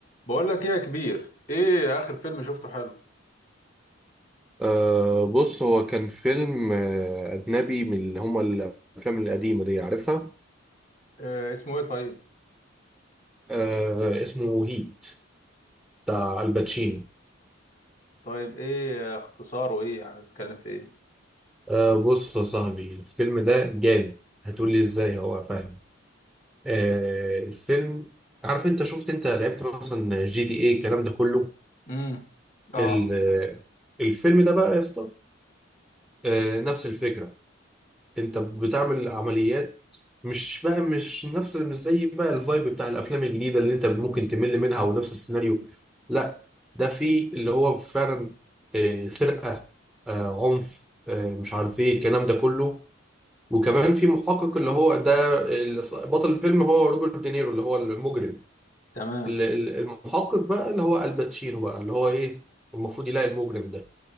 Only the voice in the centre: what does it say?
أه بص هو كان فيلم آه، أجنبي من اللي هما الأفلام القديمة دي عارفها
أه اسمه هيت بتاع الباتشينو
أه بص يا صاحبي الفيلم ده جامد هتقولي ازاي هو فاهم أه الفيلم عارف انت شفت انت لعبت مثلا جي تي ايه الكلام ده كله
ال- آه، الفيلم ده بقى يا اسطى أه نفس الفكرة انت بتعمل عمليات مش بقى مش نفس مش زي بقى الفايب بتاع الافلام الجديده اللي انت ممكن تمل منها ونفس السيناريو لا ده في اللي هو فعلا آه، سرقه آه، عنف آه، مش عارف ايه الكلام ده كله وكمان في محقق اللي هو ده اللي ص- بطل الفيلم هو روبرت دينيرو اللي هو المجرم
ال- ال- المحقق بقى اللي هو الباتشينو بقى اللي هو ايه المفروض يلاقي المجرم ده